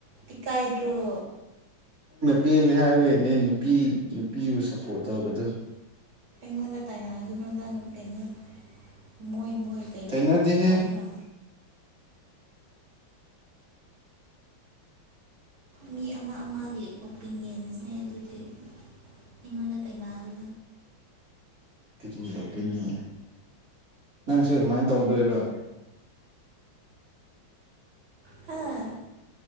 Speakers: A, on the right; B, on the right.
A: ꯑꯦꯀꯥꯏꯗ꯭ꯔꯣ
B: ꯄꯦꯜꯂꯤ ꯍꯥꯏꯕꯩꯅꯦ ꯅꯨꯄꯤ ꯅꯨꯄꯤꯕꯨ ꯁꯞꯄꯣꯔꯠ ꯇꯧꯕꯗꯨ
A: ꯑꯩꯉꯣꯟꯗ ꯇꯥꯏꯉꯑꯒꯅ ꯅꯪ ꯀꯩꯅꯣ ꯃꯣꯏ ꯃꯣꯏ ꯀꯔꯤ
B: ꯀꯥꯏꯩꯅꯗꯦꯍꯦ
A: ꯀꯔꯤ ꯍꯥꯏꯕ꯭ꯔꯥ ꯃꯤ ꯑꯃ ꯑꯃꯒꯤ ꯑꯣꯄꯤꯅꯤꯌꯟꯁꯤꯅꯦ ꯑꯗꯨꯗꯤ ꯑꯩꯉꯣꯟꯗ ꯇꯦꯡꯒꯅ
B: ꯀꯔꯤ ꯑꯣꯄꯤꯅꯤ ꯅꯪ ꯁꯤ ꯑꯗꯨꯃꯥꯏꯅ ꯇꯧꯒꯗꯣꯔꯤꯕ꯭ꯔꯣ
A: ꯍꯥ